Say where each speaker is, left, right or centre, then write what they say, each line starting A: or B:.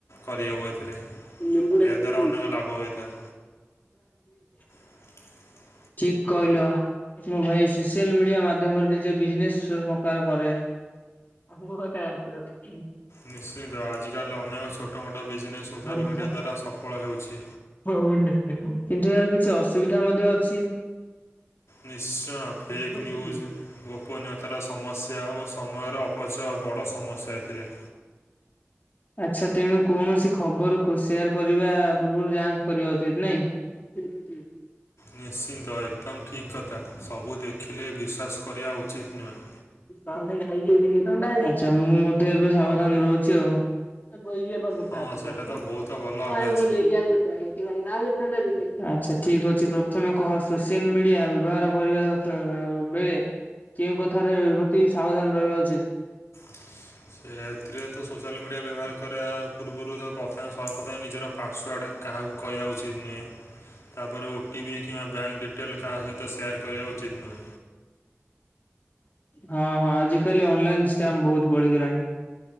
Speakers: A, on the left (about 80°); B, on the left (about 40°).
A: କରିହବ ଏଥିରେ।
B: ନିମ୍ବୁଡ଼ା
A: ଏହାଦ୍ୱାରା
B: ଗୀତ
A: ଅନେକ ଲାଭ ହୋଇଥାଏ
B: <unintelligible>
A: <inaudible>
B: ଠିକ କହିଲ ମୁଁ ଭାଇ ସୋସିଆଲ ମିଡିଆ ମାଧ୍ୟମରେ ନିଜ ବିଜନେସ ପ୍ରକାର କରେ। ବହୁ ଖନ୍ତି <unintelligible>
A: ନିଶ୍ଚିନ୍ତ ଆଜି କାଲି ଅନେକ ଛୋଟ ମୋଟ ବିଜନେସ୍ ସୋସିଆଲ୍
B: ମର
A: ମିଡ଼ିଆ ଦ୍ୱାରା ସଫଳ ହେଉଛି
B: ହଉଣ୍ଡ <unintelligible> କିନ୍ତୁ ଏହାର କିଛି ଅସୁବିଧା ମଧ୍ୟ ଅଛି।
A: ନିଶ୍ଚୟ
B: କୁହନ୍ତୁ।
A: ଫେକ୍ ନ୍ୟୁଜ୍ ଗୋପନୀୟତାର ସମସ୍ୟା ଓ ସମୟର ଅପଚୟ ଆଉ ବଡ଼ ସମସ୍ୟା ଏ ଥିରେ।
B: ଆଛା ତେଣୁ କୌଣସି ଖବରକୁୁ ସେୟାର କରିବା ପୂର୍ବରୁ ଯାଞ୍ଚ କରିବା ଉଚିତ ନାଇଁ।
A: ନିଶ୍ଚିନ୍ତ ଏକଦମ ଠିକ୍ କଥା ସବୁ ଦେଖିଲେ ବିଶ୍ୱାସ କରିବା ଉଚିତ ନୁହେଁ।
B: ତାହେଲେ ଆଛା ମୁଁ ମଧ୍ୟ ଏବେ ସାବଧାନ ରହୁଛି ଆଉ।
A: ହଁ
B: ପଗୁ ଆ
A: ସେଇଟା ତ ବହୁତ ଭଲ
B: ଗ <unintelligible>
A: ଅଭ୍ୟାସ
B: ହ୍ୟାଲ ଦିଦି ଆଛା ଠିକ ଅଛି ପ୍ରଥମେ କହ ସୋସିଆଲ ମିଡିଆ ବ୍ୟବହାର କରିବା ବେଳେ କେଉଁ କଥାରେ ପ୍ରତି ସାବଧାନ ରହିବା ଉଚିତ୍?
A: <inaudible> ସେ ଏଥିରେ ତ ସୋସିଆଲ ମିଡ଼ିଆ ବ୍ୟବହାର କରିବା ପୂର୍ବରୁ ତ ପ୍ରଥମେ ସର୍ବପ୍ରଥମେ ନିଜର ପାସ୍ୱାର୍ଡ଼ କାହାକୁ କହିବା ଉଚିତ୍ ନୁହେଁ। ତାପରେ ଓଟି ପି କିମ୍ବା ବ୍ୟାଙ୍କ ଡିଟେଲ୍ କାହା ସହିତ ସେୟାର କରିବା ଉଚିତ୍ ନୁହେଁ।
B: ହଁ ହଁ ଆଜିିକାଲି ଅନଲାଇନସ୍ୟାମ ବହୁତ ବଢିଗଲାଣି।